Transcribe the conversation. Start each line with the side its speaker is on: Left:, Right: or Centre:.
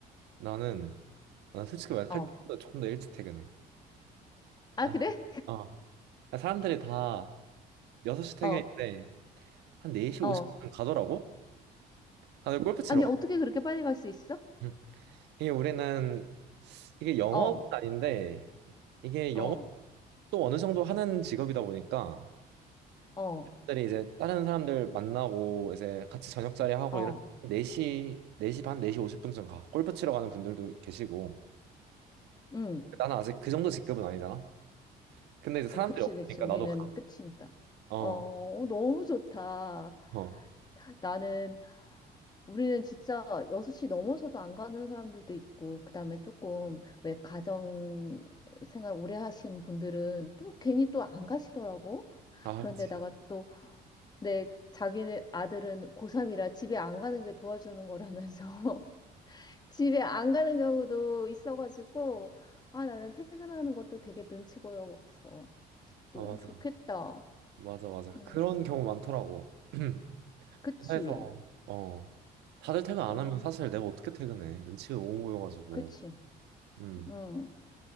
Right: 나는 나 솔직히 말해
Left: 어.
Right: 할 때보다 조금 더 일찍 퇴근해.
Left: 아,
Right: 나,
Left: 그래?
Right: 아, 사람들이 다 6시 퇴근인데
Left: 어,
Right: 한 4시
Left: 어.
Right: 50분 가더라고. 다들 골프 치러
Left: 아니,
Right: 가.
Left: 어떻게 그렇게 빨리 갈 수 있어?
Right: 음. 이게 우리는 이게 영업은
Left: 어,
Right: 아닌데 이게
Left: 어,
Right: 영업도 어느 정도 하는 직업이다 보니까
Left: 어,
Right: 들이 이제 다른 사람들 만나고 이제 같이 저녁 자리 하고
Left: 어.
Right: 이런 네시 4시 반 4시 50분쯤 가. 골프 치러 가는 분들도 계시고.
Left: 응.
Right: 나는 아직 그 정도 직급은 아니잖아. 근데 이제 사람들이
Left: 어, 그치,
Right: 없으니까
Left: 그치. 우리는
Right: 나도 가.
Left: 끝이니까.
Right: 어.
Left: 어, 어, 너무 좋다.
Right: 어.
Left: 나는, 우리는 진짜 6시 넘어서도 안 가는 사람들도 있고, 그 다음에 조금, 왜 가정 생활 오래 하신 분들은 또 괜히 또 안 가시더라고.
Right: 아,
Left: 그런데다가
Right: 그치.
Left: 네, 자기네 아들은 고3이라 집에 안 가는 게 도와주는 거라면서 <laughs> 집에 안 가는 경우도 있어가지고 아 나는 퇴근하는 것도 되게 눈치 보여서 너는
Right: 어, 맞아.
Left: 좋겠다.
Right: 맞아, 맞아.
Left: 음,
Right: 그런 경우 많더라고. <clears throat>
Left: 그치.
Right: 회사에서 어. 다들 퇴근 안
Left: 음,
Right: 하면 사실 내가 어떻게 퇴근해? 눈치 너무 보여가지고.
Left: 그치.
Right: 음.
Left: 음.